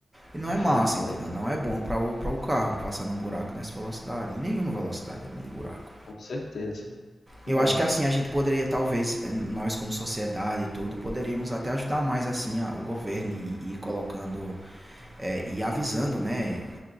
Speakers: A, on the right; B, on the left.
A: E não
B: É,
A: é
B: rapaz,
A: massa, entendeu? Não é bom para o, para o carro passar num buraco nessa velocidade. Nenhuma velocidade é bom um buraco.
B: com certeza. Mano,
A: Eu acho que assim a gente poderia talvez nós como sociedade e tudo poderíamos até ajudar mais assim a, o governo e ir colocando é, e avisando, né,